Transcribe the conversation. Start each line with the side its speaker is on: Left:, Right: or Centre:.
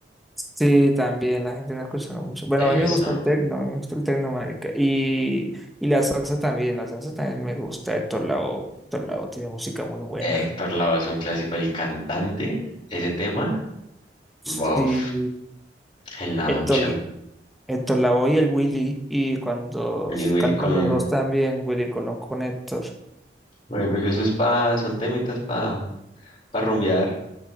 Centre: Sí, también la gente no escucha mucho. Bueno,
Left: Eso.
Centre: a mí me gusta el tecno, a mí me gusta el tecno, marica. Y, y la salsa también, la salsa también me gusta. Héctor Lavoe, Héctor Lavoe tiene música muy buena.
Left: Héctor Lavoe es un clásico. El cantante, ese tema,
Centre: Sí.
Left: bof, en la
Centre: Héctor,
Left: ducha.
Centre: Héctor Lavoe y el Willy, y cuando
Left: Y
Centre: s-
Left: Willy
Centre: cantan
Left: Colón.
Centre: los dos también, Willy Colón con Héctor.
Left: Güey, porque eso es pa, son temitas para pa pa rumbear.